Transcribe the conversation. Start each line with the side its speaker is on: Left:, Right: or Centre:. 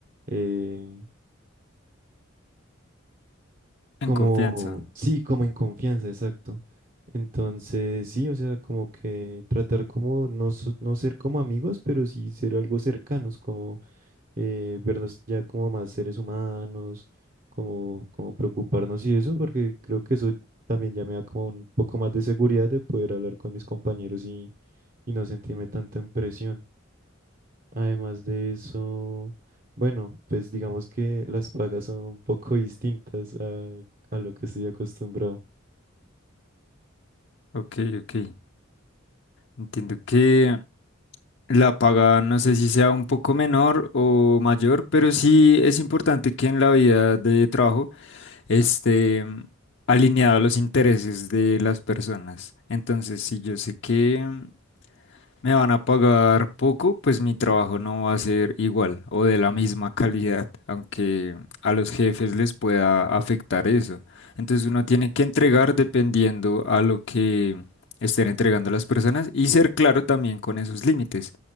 Right: eh, como,
Left: En confianza.
Right: sí, como en confianza, exacto. Entonces, sí, o sea, como que tratar como no, so- no ser como amigos, pero sí ser algo cercanos, como eh, vernos ya como más seres humanos, como, como preocuparnos y eso, porque creo que eso también ya me da como un poco más de seguridad de poder hablar con mis compañeros y, y no sentirme tanto en presión. Además de eso, bueno, pues digamos que las pagas son un poco distintas a, a lo que estoy acostumbrado.
Left: Ok, ok. Entiendo que La paga no sé si sea un poco menor o mayor, pero sí es importante que en la vida de trabajo esté mm, alineado a los intereses de las personas. Entonces, sí, yo sé que mm, me van a pagar poco, pues mi trabajo no va a ser igual o de la misma <laughs> calidad, aunque a los jefes les pueda afectar eso. Entonces uno tiene que entregar dependiendo a lo que estén entregando las personas y ser claro también con esos límites,